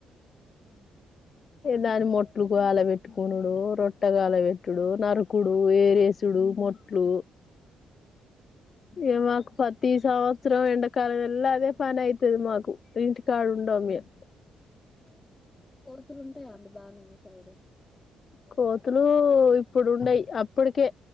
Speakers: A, on the left; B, on the left.
A: హ్మ్
B: దాని మొట్లు గాల పెట్టుకున్నాడు రొట్టగాలబెట్టుడు నరుకుడు వేరేసుడు మొట్లు ఏ మాకు పతీ సంవత్సరం ఎండ కాల మెల్లా అదే పని అవుతుది మాకు ఇంటి కాడు ఉండం మేం
A: ఓహో కోతులు ఉంటాయా అండి బా మీ సైడు
B: కోతులు ఇప్పుడు ఉండయి అప్పటికే